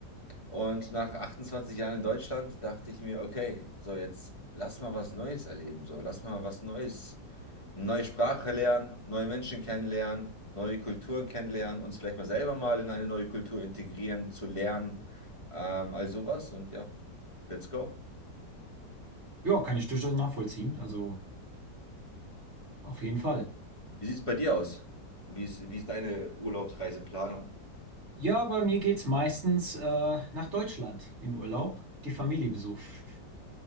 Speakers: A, on the left; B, on the right.
A: Und nach 28 Jahren in Deutschland dachte ich mir, okay, so jetzt lass mal was Neues erleben. So, lass mal was Neues, eine neue Sprache lernen, neue Menschen kennenlernen, neue Kulturen kennenlernen, uns vielleicht mal selber mal in eine neue Kultur integrieren, zu lernen, ähm, all sowas. Und ja, let's go.
B: Ja, kann ich durchaus nachvollziehen. Also auf jeden Fall.
A: Wie sieht es bei dir aus? Wie ist, wie ist deine Urlaubsreiseplanung?
B: Ja, bei mir geht's meistens äh, nach Deutschland in Urlaub, die Familie besuchen. <laughs>